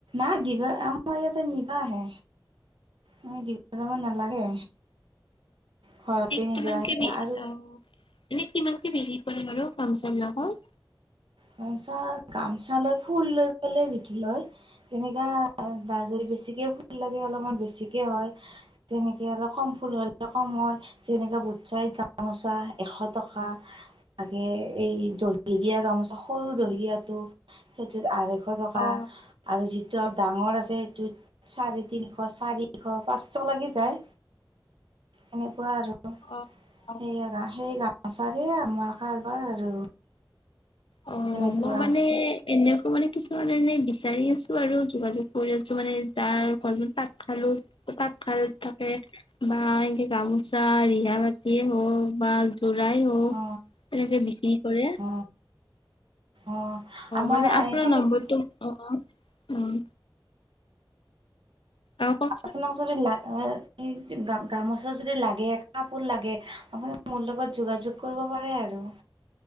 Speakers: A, on the right; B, on the left.
A: অঁ দিবা, আ মোৰ ইয়াতে নিবা আহে। মই দিব যাব নালাগে। ঘৰতে
B: কিমান
A: নিবা আহে
B: কে দি
A: আৰু
B: অ', এনে কিমান কে বিকি কৰে বাৰু গামচা বিলাকৰ।
A: গামোচা- গামোচা লৈ ফুল লৈ পেলে বিক্ৰী লয়, তেনেকা যদি বেছিকে ফুল লাগে অলপমান বেছিকে হয়, তেনেকে অলপ কম ফুল হলে কম হয়, যেনেকে বুটচাই গামোচা এশ টকা লাগে এই দহি দিয়া গামোচা দহি দিয়াটো, সেইটোত আঢ়ৈ শ টকা,
B: অ
A: আৰু যি য'ত ডাঙৰ আছে, সেইটোত চাৰে তিনিশ, চাৰিশ, পাঁচশ, লাগি যায়, এনেকুৱা আৰু।
B: অ' অ
A: সেয়াগা সেইয়া আচাৰেই আমাৰ কাৰবাৰ আৰু।
B: অ',
A: সেনেকুৱা
B: মই মানে এনেকো মানে কিছুমান এনে বিচাৰি আছোঁ আৰু, যোগাযোগ কৰি আছোঁ, মানে যাৰ ঘৰত তাঁতশালো-তাঁতশাল থাকে বা এনেকে গামোচা ৰিহা বাতিয়ে হওঁক বা যোৰাই হওঁক,
A: অ
B: এনেকে বিক্ৰী কৰে
A: অ অ', আমাৰ
B: মানে
A: এ,
B: আপোনাৰ
A: সেনেক
B: নম্বৰটো অ উম অ কওকচোন
A: আপোনাৰ ওচৰত যদি লাগ আ-এ, গা-গামোচা যদি লাগে, কাপোৰ লাগে, আপুনি মোৰ লগত যোগাযোগ কৰিব পাৰে আৰু।